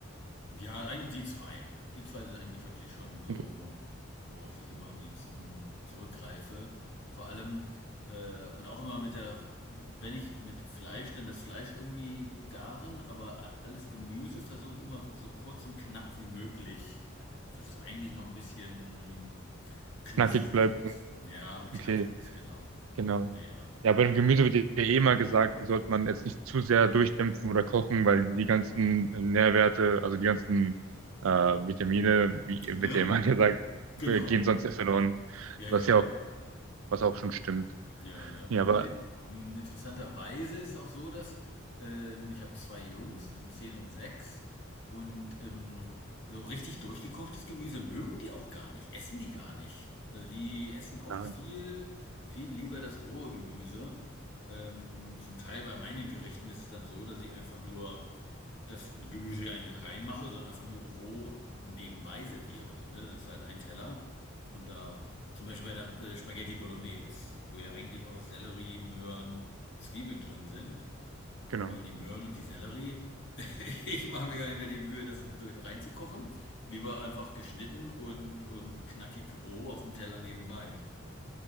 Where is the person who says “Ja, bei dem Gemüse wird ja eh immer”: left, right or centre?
Right